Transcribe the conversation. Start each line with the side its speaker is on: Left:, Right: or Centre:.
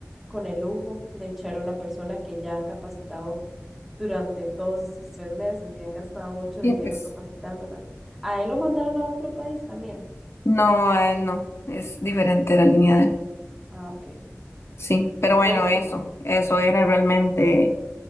Centre: con el lujo de echar a una persona que ya han capacitado durante todos esos tres meses y han gastado mucho
Left: Y
Centre: dinero
Left: pues,
Centre: capacitándola. A él lo mandaron a otro país también.
Left: no, a él no, es diferente la línea de él.
Centre: Ah, ok.
Left: Sí, pero bueno,
Centre: Por eso,
Left: eso,
Centre: sí.
Left: eso era realmente